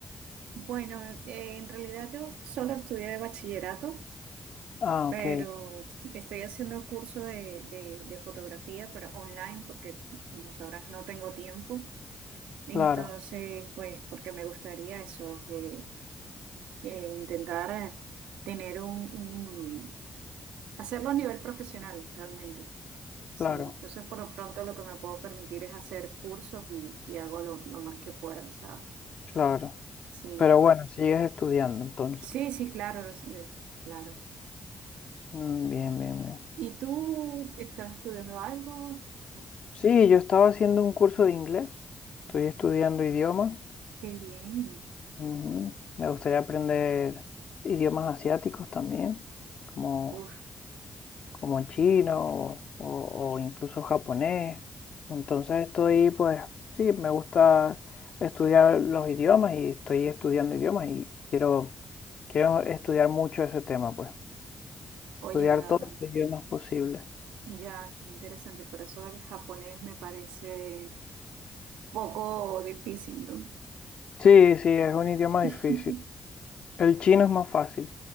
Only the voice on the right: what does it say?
Bueno, eh, en realidad yo solo estudié bachillerato,
pero
estoy haciendo curso de, de, de fotografía para online porque, como sabrás, no tengo tiempo. Entonces,
pues, porque me gustaría eso, que eh, intentar eh, tener un, un- hacerlo a nivel profesional realmente. Sí,
entonces por lo pronto lo que me puedo permitir es hacer cursos y, y hago lo, lo más que pueda. O sea,
sí,
sí, sí, claro, lo sé, claro.
¿Y tú estás estudiando algo? No.
Qué bien.
Uf,
oye,
a
ver,
ya, qué interesante, pero eso el japonés me parece poco difícil, ¿no?
<laughs>